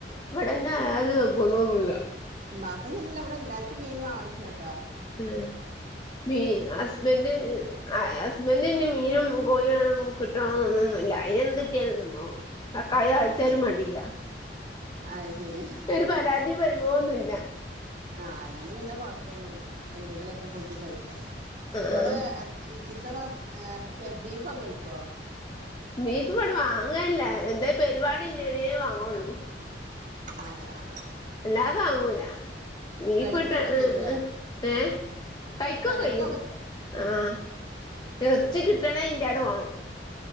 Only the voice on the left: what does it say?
ഇവിടെന്നെ അയാത പോന്നൊന്നുമില്ല.
ആഹ് പിന്നെ ഹസ്ബെൻഡ് ആഹ് ഹസ്ബൻഡെ മീനും കോഴണ കിട്ടണന്ന്ന്നൊന്നുമല്ല അതിനന്ത് കട്ടിയാലും തിന്നും. തക്കാളി താളിച്ചാലും
മേണ്ടില്ല.
ഒരു പരാതി പരുവോന്നുമല്ല
ആഹ്
ബീഫ ഇടെ വാങ്ങല്ല എന്താ പരിപാടി ഇന്നനേ വാങ്ങള്ളൂ.
അല്ലാതെ ആങ്ങൂല ബീഫ
ട്ട ഏ
ഏ കഴിക്കൊക്കേ
ചെയ്യും. ആഹ് ഇറചി കിട്ടണ ഇന്റെടെ പോണം.